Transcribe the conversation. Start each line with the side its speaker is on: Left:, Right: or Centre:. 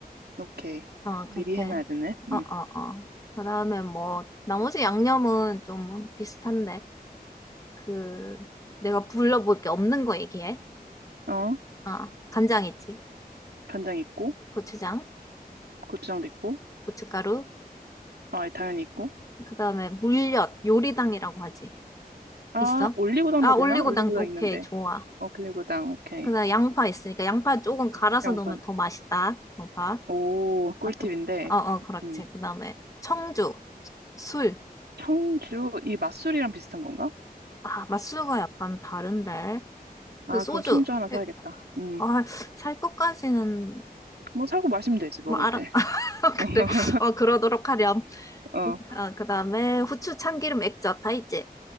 Right: 오케이.
Left: 어,
Right: 미리
Left: 그렇게.
Right: 해놔야 되네.
Left: 어,
Right: 음.
Left: 어, 어. 그 다음에 뭐, 나머지 양념은 좀 비슷한데. 그, 내가 불러볼 게 없는 거 얘기해.
Right: 어,
Left: 아, 간장 있지.
Right: 간장 있고,
Left: 고추장,
Right: 고추장도 있고,
Left: 고춧가루.
Right: 아, 당연히 있고.
Left: 그 다음에 물엿, 요리당이라고 하지.
Right: 아,
Left: 있어?
Right: 올리고당도
Left: 아, 올리고당,
Right: 되나? 올리고당
Left: 오케이,
Right: 있는데.
Left: 좋아.
Right: 어, 올리고당, 오케이.
Left: 그 다음에 양파 있으니까 양파 조금 갈아서
Right: 양파.
Left: 넣으면 더 맛있다. 양파.
Right: 오, 꿀팁인데.
Left: 아, 그, 어, 어, 그렇지.
Right: 음.
Left: 그 다음에 청주, 술.
Right: 청주, 이 맛술이랑 비슷한 건가?
Left: 아, 맛술과 약간 다른데.
Right: 아,
Left: 그 소주.
Right: 그럼 청주 하나 사야겠다.
Left: 에,
Right: 음,
Left: 아, 살 것까지는
Right: 뭐 사고 마시면 되지, 먹을
Left: 뭐 알아.
Right: 때.
Left: <laughs>
Right: <laughs>
Left: 그래. 어, 그러도록 하렴.
Right: 어,
Left: 아, 그다음에 후추 참기름 액젓 다 있지?